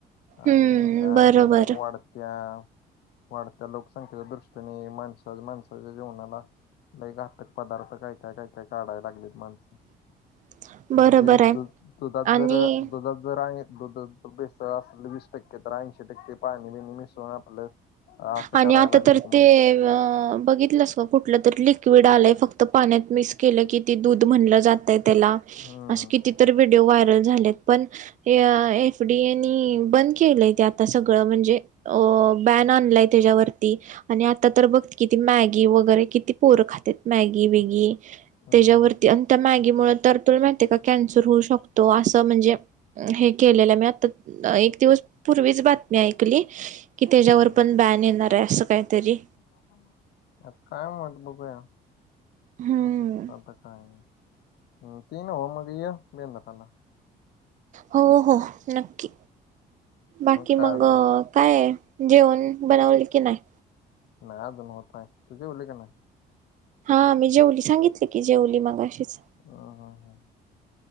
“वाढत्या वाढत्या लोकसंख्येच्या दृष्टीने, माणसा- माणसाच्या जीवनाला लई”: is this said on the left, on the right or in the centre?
Left